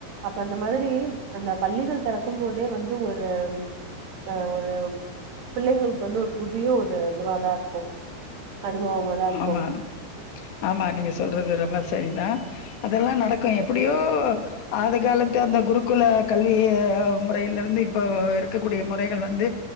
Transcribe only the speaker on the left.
ஆமா ஆமா நீங்க சொல்றது ரொம்ப சரி தா அதெல்லா நடக்கு எப்புடியோ ஆதிகாலத்து அந்த குருகுல கல்வி முறையில இருந்து இப்போ இருக்கக்கூடிய முறைகள் வந்து